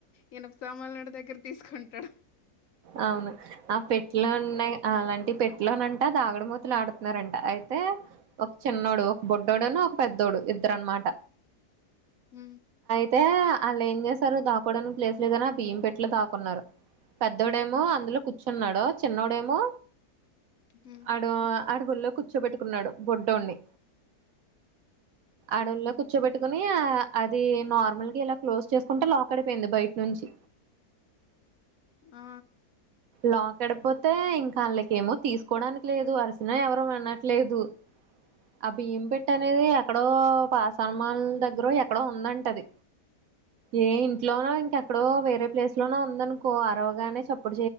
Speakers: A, on the left (about 65°); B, on the right (about 70°).
A: ఈనప సామాన్డు దగ్గర తీసుకుంటాడు
B: అవును ఆ పెట్లో ఉన్న అలాంటి ట్టి పెట్లోనంట దాగడమూతులు ఆడుతున్నారంట అయితే ఒక చిన్నోడు ఒక బొడ్డోడు అని ఒక పెద్దోడు ఇద్దరు అనమాట
A: హ
B: అయితే అళ్లా ఏం చేసారు దాకోవడానికి ప్లేస్ లేదనా బియ్యం పెట్లో దాకున్నారు పెద్దోడేమో
A: హ్మ్
B: అందులోచ చున్నాడు చిన్నోడేమో
A: హ్మ్.
B: అడో అడగుల్లో కూర్చోబెట్టుకున్నాడు బొడ్డోని అడలో కూర్చోబెట్టుకుని అది నార్మల్గా ఇలా క్లోజ్ చేసుకుంటే లాక్ అడిపోయింది బయట నుంచి
A: ఆ
B: లోకడిపోతే ఇంకా వాళ్ళకి ఏమో తీసుకోవడానికి లేదు అరిసిన ఎవరు వినట్లేదు ఆ బియ్యం పెట్ట అనేది ఎక్కడో పాసనమల్ దగ్గర ఎక్కడో ఉందంటది ఏ ఇంట్లోనో ఇంకెక్కడో వేరే ప్లేస్ లోనో ఉందనుకో అరవగానే చప్పుడు